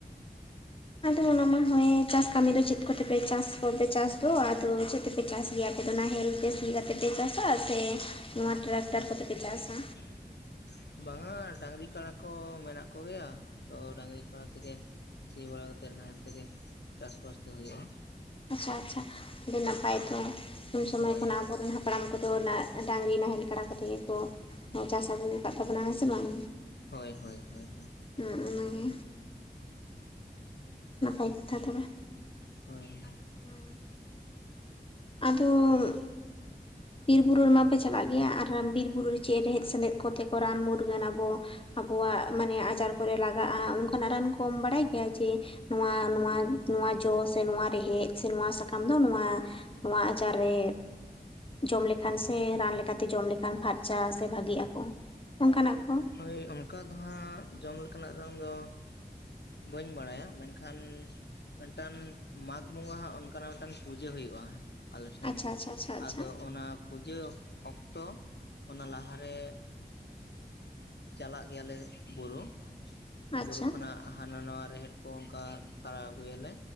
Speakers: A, on the left; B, on the left.
A: ᱟᱫᱚ ᱚᱱᱟ ᱢᱟ ᱦᱮ ᱪᱟᱥ ᱠᱟᱹᱢᱤ ᱫᱚ ᱪᱮᱫ ᱠᱚᱛᱮᱯᱮ ᱪᱟᱥ ᱠᱚᱯᱮ ᱪᱟᱥ ᱫᱚ ᱟᱫᱚ ᱪᱮᱫ ᱛᱮᱯᱮ ᱪᱟᱥ ᱜᱮᱭᱟ ᱟᱯᱮ ᱫᱚ ᱱᱟᱦᱮᱞ ᱵᱮᱥ ᱞᱮᱠᱟᱛᱮ ᱯᱮ ᱪᱟᱥᱟ ᱥᱮ ᱱᱚᱣᱟ ᱴᱨᱟᱠᱴᱟᱨ ᱠᱚᱛᱮᱯᱮ ᱪᱟᱥᱟ
B: <unintelligible> ᱵᱟᱝᱟ ᱰᱟᱹᱝᱨᱤ ᱠᱟᱰᱟ ᱠᱚ ᱢᱮᱱᱟᱜ ᱠᱚᱜᱮᱭᱟ ᱛᱚ ᱰᱟ. ᱝᱨᱤ ᱠᱟᱰᱟ ᱛᱮᱜᱮ ᱥᱤ ᱵᱟᱲᱟ ᱠᱟᱛᱮᱫ ᱱᱟᱦᱮᱞ ᱛᱮᱜᱮ ᱪᱟᱥ ᱵᱟᱥ ᱫᱚ ᱦᱩᱭᱩᱜᱼᱟ
A: ᱟᱪᱪᱷᱟ ᱟᱪᱪᱷᱟ ᱟᱹᱰᱤ ᱱᱟᱯᱟᱭ ᱛᱚ ᱩᱱ ᱥᱚᱢᱚᱭ
B: ᱦᱳᱭ
A: ᱠᱷᱚᱱᱟᱜ ᱟᱵᱚᱨᱮᱱ ᱦᱟᱯ ᱲᱟᱢ ᱠᱚᱫᱚ ᱚᱱᱟ ᱰᱟᱹᱝᱨᱤ ᱱᱟᱦᱮᱞ ᱠᱟᱰᱟ ᱠᱚᱛᱮᱜᱮ ᱠᱚ ᱪᱟᱥ ᱟᱹᱜᱩ ᱠᱟᱜ ᱛᱟᱵᱚᱱᱟ ᱦᱮ ᱥᱮ ᱵᱟᱝ
B: ᱦᱳᱭ ᱦᱳᱭ ᱦᱳᱭ
A: <unintelligible> ᱚᱱᱟᱜᱮ ᱱᱟᱯᱟᱭ ᱠᱟᱛᱷᱟ ᱛᱚᱵᱮ
B: ᱦᱳᱭ
A: ᱚᱱᱟᱜᱮ ᱟᱫᱚ ᱵᱤᱨ ᱵᱩᱨᱩ ᱨᱮᱢᱟᱯᱮ ᱪᱟᱞᱟᱜ ᱜᱮᱭᱟ ᱟᱨ ᱵᱤᱨ ᱵᱩᱨᱩ ᱨᱮ ᱪᱮᱫ ᱨᱮᱦᱮᱫ ᱥᱮᱸᱫᱮᱫ ᱠᱚᱛᱮ ᱠᱚ ᱨᱟᱱ ᱢᱩᱨᱜᱟᱹᱱ ᱟᱵᱚ ᱟᱵᱚᱣᱟᱜ ᱢᱟᱱᱮ ᱟᱡᱟᱨ ᱠᱚᱨᱮ ᱞᱟᱜᱟᱜᱼᱟ ᱚᱱᱠᱟᱱᱟᱜ ᱨᱟᱱ ᱠᱚᱢ ᱵᱟᱲᱟᱭ ᱜᱮᱭᱟ ᱡᱮ <unintelligible> <unintelligible> ᱱᱚᱣᱟ ᱡᱚ ᱥᱮ ᱱᱚᱣᱟ ᱨᱮᱦᱮᱫ ᱥᱮ ᱱᱚᱣᱟ ᱥᱟᱠᱟᱢ ᱫᱚ ᱱᱚᱣᱟ ᱱᱚᱣᱟ ᱟᱡᱟᱨ ᱨᱮ ᱡᱚᱢ ᱞᱮᱠᱷᱟᱱ ᱥᱮ ᱨᱟᱱ ᱞᱮᱠᱟ ᱛᱮ ᱡᱚᱢ ᱞᱮᱠᱷᱟᱱ ᱯᱷᱟᱨᱪᱟ ᱥᱮ ᱵᱷᱟᱜᱤᱜ ᱟᱠᱚ ᱚᱱᱠᱟᱱᱟᱜ ᱠᱚ
B: ᱦᱳᱭ ᱚᱱᱠᱟ ᱫᱚ ᱦᱟᱸᱜ ᱡᱚᱢ ᱞᱮᱠᱟᱱᱟᱜ ᱨᱟᱱ ᱫᱚ ᱵᱟᱹᱧ ᱵᱟᱲᱟᱭᱟ ᱢᱮᱱᱠᱷᱟᱱ ᱢᱤᱫᱴᱮᱱ ᱢᱟᱜᱽ ᱵᱚᱸᱜᱟ ᱦᱟᱸᱜ ᱚᱱᱠᱟᱱᱟᱜ ᱢᱤᱫᱴᱟᱝ ᱯᱩᱡᱟᱹ ᱦᱩᱭᱩᱜᱼᱟ᱾ ᱟᱞᱮ ᱴᱷᱮᱱ
A: ᱟᱪᱪᱷᱟ ᱟᱪᱪᱷᱟ ᱟᱪᱪᱷᱟ ᱟᱪᱪᱷᱟ
B: ᱟᱫᱚ ᱚᱱᱟ ᱯᱩᱡᱟᱹ ᱚᱠᱛᱚ ᱚᱱᱟ ᱞᱟᱦᱟ ᱨᱮ ᱪᱟᱞᱟᱜ ᱜᱮᱭᱟ ᱞᱮ ᱵᱩᱨᱩ <unintelligible>
A: ᱟᱪᱪᱷᱟ
B: ᱵᱩᱨᱩ ᱠᱷᱚᱱᱟᱜ ᱦᱟᱱᱟ ᱱᱟᱣᱟ ᱨᱮᱦᱮᱫ ᱠᱚ ᱚᱱᱠᱟ ᱛᱟᱲᱟᱣ ᱟᱹᱜᱩᱭ ᱟᱞᱮ